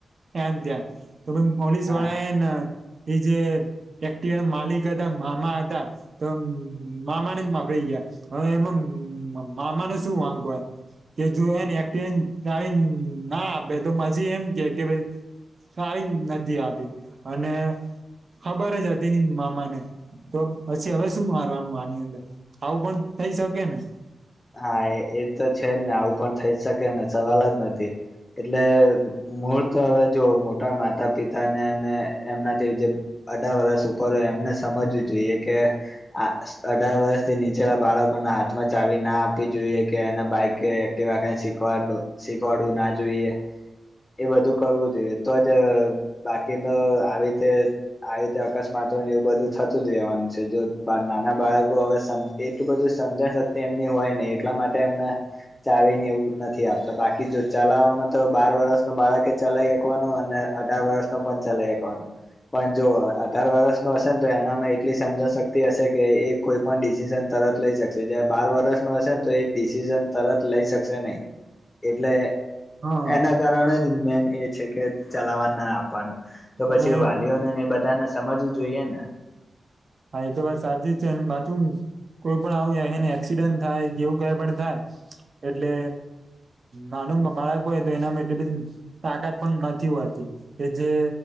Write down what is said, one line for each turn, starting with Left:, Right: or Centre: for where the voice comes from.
Right: એ ત્યાં તો પોલીસ
Left: હા
Right: વાળા હેન એ જે એક્ટિવાના માલિક હતા મામા હતા તોમ મામાને પકડી ગયા હવે એમ મામા નું શું વાક હોય. કે જોહેને એક્ટિવાની ચાવી ના આપે તો પછી એમ કે ભાઈ ચાવી નથી આપી અને ખબર જ હતી ની મામાને તો પછી હવે શું મારવાનું આની અંદર આવું પણ થઈ શકે ને
Left: હા એ એ તો છે જ ને આવું પણ થઈ જ શકે ને સવાલ જ નથી એટલે મૂળ તો હવે જોવ મોટા માતા પિતા ને એમનાથી જે અઢાર વર્ષ ઉપર હોય એમને સમજવું જોઈએ કે આ અઢાર વર્ષ થી નીચેલા બાળકો ના હાથમાં ચાવી ના આપ આપી જોઈએ કે એને બાઈક એકટીવા કાઈ શીખવાડું શીખવાડવું ના જોઈએ એ બધું કરવું જોઈએ તો જ બાકીનો આવી રીતે આ રીતે અકસ્માતોને એવું બધું થતું જ રહેવાનું છે જો નાના બાળકો હવે સમ એટલું બધું સમજણ શકતિ એમની હોય ને એટલા માટે એમને ચાવીને એવું નથી આપતા બાકી જો ચલાવવામાં તો બાર વર્ષ નું બાળકે ચલાવી શકવાનું અને અઢાર વર્ષ નો પણ ચલાઈ હકવાનું પણ જો અઢાર વરષ નું હશે ને તો એનામાં એટલી સમજણ શક્તિ હશે કે એક કોઈ પણ ડિસિઝન તરત લઈ શકશે જ્યારે બાર વરષ નો હશે ને તો એ ડિસન તરત લઈ શકશે નહી એટલે
Right: હા
Left: એના કારણે જ મેન એ છે કે ચલાવવા ના આપવાનું તો પછી
Right: અને
Left: વાલીઓને એ બધાને સમજવું જોઈએ ને
Right: હા એ તો વાત સાચી જ છે પાછું કોઈ પણ આવું એન એક્સિડન્ટ થાય કે એવું કઈ પણ થાય એટલે નાનું બાળક હોય તો એના મા એટલી બધી તાકાત પણ નથી હોતી કે જે